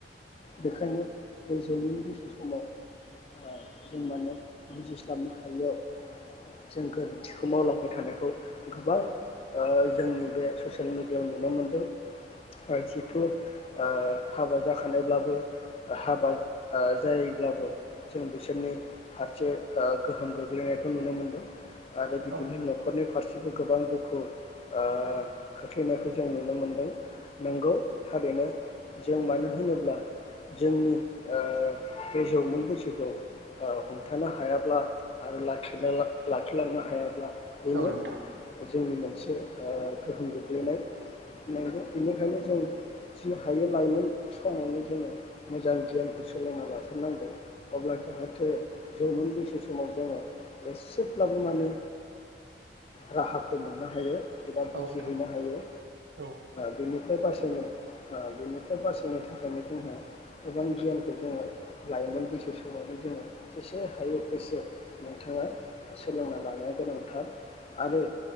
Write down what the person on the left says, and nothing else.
बेखायनो बे जौमोन बैसो समाव ओ जों माने बुजिस्लाबनो हायैयाव जों गोरोन्थिखौ मावलांबाय थानायखौ गोबां ओ जोंनि बे सियेल मिडियाव नुनो मोनदों ओ जिथु ओ हाबा जाखानायब्लाबो हाबा ओ जायोब्लाबो जों बिसोरनि फारसे ओ गोहोम गोग्लैनायखौ नुनो मोन्दों आरो बिदिनो
नखरनि फारसेबो गोबां दुखु ओ खोख्लैनायखौ जों नुनो मोनदों, नोंगौ थारैनो जों मानो होनोब्ला जोंनि ओ बे जौमोन बैसोखौ ओ हमथानो हाया आरो लाखिलांनो हायाब्ला बेनो
जोंनि मोनसे गोहोम गोग्लै गेलेनाय नांगौ बेनिखायनो जों जि हायो लाइमोन समावनो जोङो मोजां गियानखौ सोलोंना लाथारनांगौ अब्ला जाहाथे जौमोन बैसो समाव जोङो एसेब्लाबो माने राहाखौ मोननो हायो एबा बुजिायो
हैनो हायो
बेनिफ्राय बा बो बेनिफ्राय बासायनो थाखायनो जोंहा गोबां गियानखौ जोङो लायोमोन बैसो समावनो जोङो जेसे हायो एसे नोंथाङा सोलोंना लानाया गोनांथार आरो